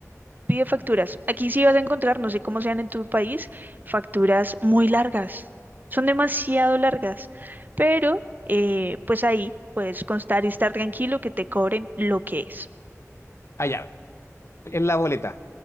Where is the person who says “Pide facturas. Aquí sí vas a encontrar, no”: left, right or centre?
Right